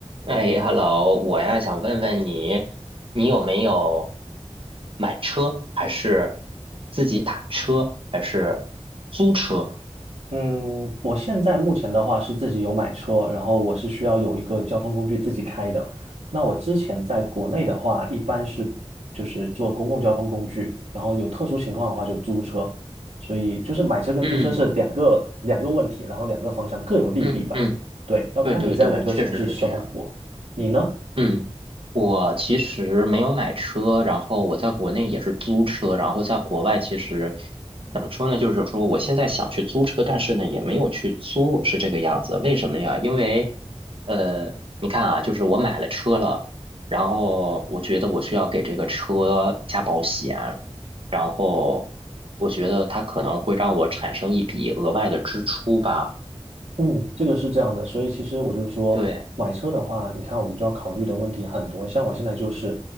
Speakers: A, on the right (about 50°); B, on the right (about 85°).
A: 哎，hello，我呀想问问你，你有没有买车，还是自己打车，还是租车？
B: 嗯，我现在目前的话是自己有买车，然后我是需要有一个交通工具自己开的。那我之前在国内的话，一般是就是坐公共交通工具，然后有特殊情况的话就租车。所以就是买车跟租车是两个两个问题，
A: 嗯
B: 然后两个方向各有利弊吧。
A: 嗯嗯，
B: 对，要看你在哪个城市生活。
A: 对对对，确实是这样。
B: 你呢？
A: 嗯，我其实没有买车，然后我在国内也是租车，然后在国外其实怎么说呢，就是说我现在想去租车，但是呢也没有去租，是这个样子。为什么呀？因为呃，你看啊，就是我买了车了，然后我觉得我需要给这个车加保险，然后我觉得它可能会让我产生一笔额外的支出吧。
B: 嗯，这个是这样的，所以其实我就说，
A: 对，
B: 买车的话，你看我们就要考虑的问题很多。像我现在就是，